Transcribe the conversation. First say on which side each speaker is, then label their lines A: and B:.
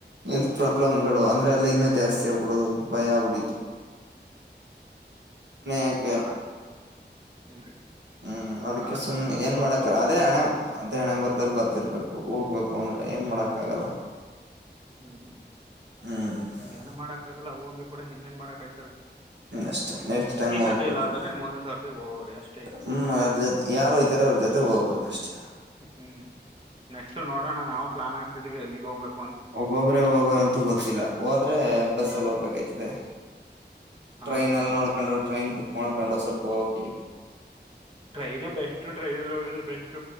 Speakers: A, on the right (about 75°); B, on the right (about 30°).
A: ಎಲ್ತ್ ಪ್ರಾಬ್ಲಮ್ ಗಳು ಅಂದ್ರೆ ಅಲ್ಲಿ ಇನ್ನೂ ಜಾಸ್ತಿ ಆಗ್ಬಿಡುದು ಭಯ ಆಗ್ಬಿಟ್ಟಿದ್ದು ಯಾಕೆ
B: ಹಾ ಹ್ಮ್
A: ಹ್ಮ್ ಅದಕ್ಕೆ
B: ಆತರ
A: ಸುಮ್ನೆ
B: ಅದಕ್ಕೋಸ್ಕರ
A: ಏನ್ ಮಾಡಕಲ್ಲ
B: ಹೋಗ್ಲಿಲ್ಲ
A: ಅದೇ ಹಣೆ ದೇಣಂಬರ್ದಲ್ಲಿ ಬದಿರ್ಬೇಕು ಹೋಗ್ಬೇಕು ಅಂದ್ರೆ ಏನ್ ಮಾಡಕ್ ಆಗಲ್ಲ
B: ಹ್ಮ್
A: ಹ್ಮ್
B: ಏನ್ ಮಾಡಕ್ ಆಗಲ್ಲ ಹೋಗ್ಲಿ ಬಿಡ ಇನ್ನೇನ್ ಮಾಡಕ್ ಾಯ್ತದೆ
A: ಅಷ್ಟೇ ನೆಕ್ಸ್ಟ್ ಟೈಮ್
B: ಈ ಸತಿ
A: ಹೋಗ್ಬೇಕು
B: ಇಲ್ಲ ಆತಾರೆ ಮೊಂದೊ ಸರ್ತಿ ಹೋಗವ್ರಿ ಅಷ್ಟು
A: ಹ್ಮ್ ಯಾರ್ ಜೊತೆ ಯಾರ ಹಯ್ತಾರ ಅವ್ರ ಜೊತೆ ಹೋಗ್ಬೇಕಷ್ಟೆ
B: ಹ್ಮ್ ನೆಕ್ಸ್ಟ್ ನೋಡೋಣ ನಾವು ಪ್ಲಾನ್ ಆಕ್ತೀವಿ ಎಲ್ಲಿಗ್ ಹೋಗ್ು ಅ
A: ಒಬ್ಬೊಬ್ರೆ ಹೋಗಂತೂ ಗೊತ್ತಿಲ್ಲ ಹೋದ್ರೆ ಬಸ್ಸಲ್ಲಿ ಹೋಗ್ಬೇಕಾಯ್ತದೆ
B: ಹಾ
A: ಟ್ರೈನ್ ಅಲ್ಲಿ
B: ಹಾ
A: ನೋಡ್ಕೊಂಡು ಟ್ರೈನ್ ಬುಕ್ ಮಾಡೋಕೊಂಡು ಸ್ವಲ್ಪ ಹೋಗಿ
B: ಟ್ರೈನ್ೇ ಬೆಸ್ಟ್ ಟ್ರೈನ್ ಬೆಸ್ಟ್